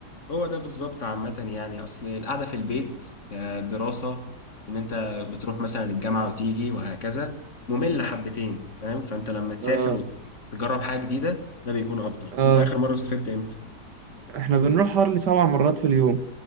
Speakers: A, on the left (about 45°); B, on the right (about 75°).
A: هو ده بالظبط عامة يعني أصل القعدة في البيت كدراسة إن أنت بتروح مثلا الجامعة وتيجي وهكذا مملة حبتين فاهم فأنت لما تسافر
B: اه
A: وتجرب حاجة جديدة ده بيكون أفضل
B: اه
A: أنت آخر مرة سافرت إمتى؟
B: احنا بنروح هارلي سبع مرات في اليوم